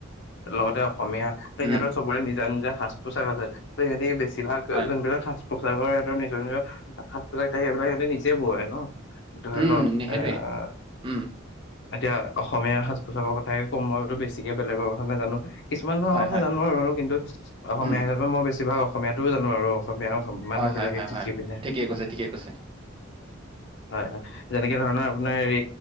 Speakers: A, on the left (about 60°); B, on the right (about 25°).
A: লগতে অসমীয়া ত' সিহঁতৰ
B: উম
A: চবৰে নিজা নিজা সাজ-পোছাক আছে, ত' সিহঁতি বেছি যিবিলাক
B: হয়
A: যোনবিলাক সাজ-পোছাকৰ নিজৰ নিজৰ সাজ-পোছাক থাকে, সেইবিলা সিহঁতে নিজে বোৱায় ন'। ধৰি
B: উম,
A: লওঁক,
B: সেইটোৱে।
A: অ',
B: উম,
A: এতিয়া অসমীয়া সাজ-পোছাকৰ কথাকেই কম, মইতো বেছিকে বেলেগৰ কথা নাজানোঁ। কিছুমান ধৰণৰ
B: হয়,
A: কথা
B: হয়।
A: জানোঁ আৰু কিন্তু অসমীয়া
B: উম,
A: হিচাপে মই বেছিভাগ, অসমীয়াটোও জানোঁ আৰু। অসমীয়া মানুহ
B: হয়, হয়,
A: বিলাকে
B: হয়,
A: কি
B: হয়।
A: কি পিন্ধে?
B: ঠিকেই কৈছে, ঠিকেই কৈছে।
A: হয় হয়, যেনেকে ধৰণৰ আপোনাৰ হেৰি